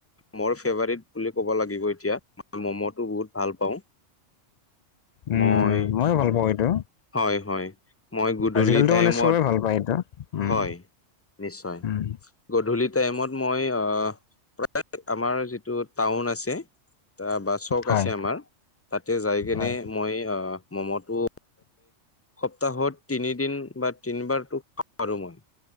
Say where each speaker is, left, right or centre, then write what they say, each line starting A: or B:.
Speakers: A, on the left; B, on the left.
A: মোৰ ফেভাৰিট বুলি ক'ব লাগিব এতিয়া মই ম'ম'টো বহুত ভাল পাওঁ।
B: উম,
A: মই
B: ময়ো ভাল পাওঁ এইটো
A: হয় হয় মই গধূলি
B: আজিকালিতো
A: টাইমত
B: মানে চবে ভাল পায় এইটো উম
A: হয় নিশ্চয়
B: উম
A: গধূলি টাইমত মই প্ৰায় আমাৰ যিটো টাউন আছে ত বাচক
B: হয়
A: আছে আমাৰ তাতে যাই কেনে
B: হয়
A: মই অ', মমটো সপ্তাহত তিনিদিন বা তিনিবাৰতো খাওঁ আৰু মই।